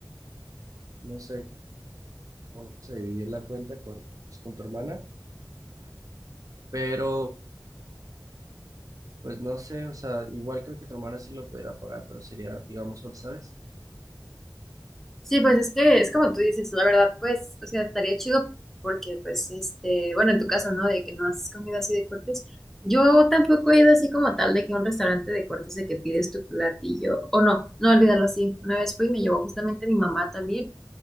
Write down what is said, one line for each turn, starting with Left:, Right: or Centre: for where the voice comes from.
Right: no sé cómo se divide la cuenta con, pues, con tu hermana, pero, pues, no sé, o sea, igual creo que tu hermana sí lo pudiera pagar, pero sería, digamos, solo, ¿sabes?
Centre: Sí, pues es que es como tú dices, la verdad, pues, o sea, estaría chido porque, pues, este, bueno, en tu caso, ¿no? De que no has comido así de cortes. Yo tampoco he ido así como tal de que a un restaurante de cortes de que pides tu platillo, o no, no olvidarlo así. Una vez fui y me llevó justamente mi mamá también.